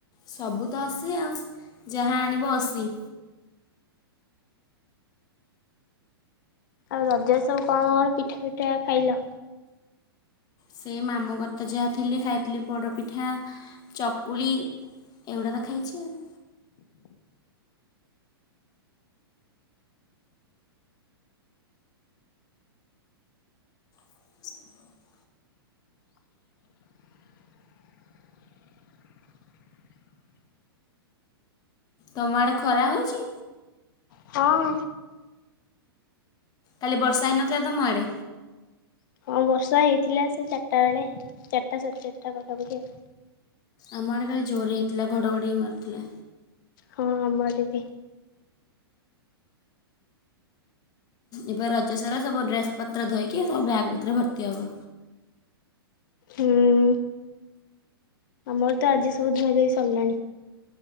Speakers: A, on the left; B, on the left.
A: ସବୁ ତ ଅସି ଆଉ ଯାହା ଆଣିବ
B: ହଁ
A: ଅସି।
B: ଆଉ ରଜରେ ସବୁ କଣ କଣ ପିଠା ଫିଠା ଖାଇଲ?
A: ସେ ମାମୁଁ ଘର ତ ଯାହା ଥିଲି ଖାଇଥିଲି ପୋଡ଼ପିଠା, ଚକୁଳି ଏଗୁଡ଼ା ତ ଖାଇଛି ଆଉ। <inaudible> ତମ ଆଡେ ଖରା ହଉଛି?
B: ହଁ।
A: କାଲି ବର୍ଷା ହେଇନଥିଲା ତ ମାଡ଼େ?
B: ହଁ ବର୍ଷା ହେଇଥିଲା ସେ ଚାରିଟା ବେଳେ ଚାରିଟା ସାଡେ ଚାରିଟା ପାଖାପାଖି ଆ
A: ଆମ ଆଡ଼େ କାଲି ଜୋର ହେଇଥିଲା ଘଡ଼ଘଡ଼ି ହୋଇ ମାରୁଥିଲା।
B: ହଁ ଆମରବି।
A: ଏବେ ରଜ ସାରା ସବୁ ଡ୍ରେସ୍ ପତ୍ର ଧୋଇକି ସବୁ ବ୍ୟାଗ୍ ଭିତରେ ଭର୍ତ୍ତି ହେବ।
B: ହୁଁ। ଆମର ତ ଆଜି ସବୁ ଧୁଆ ଧୁଇ ସରିଲାଣି।